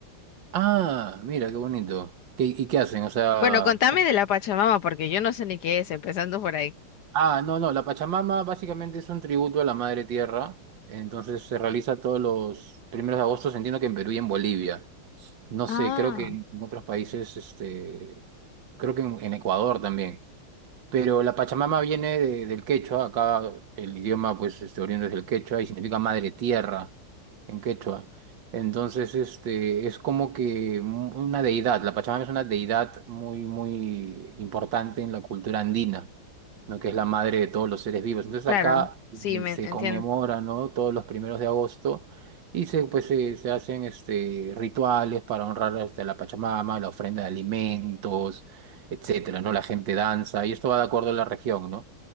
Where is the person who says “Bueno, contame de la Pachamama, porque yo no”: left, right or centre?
Left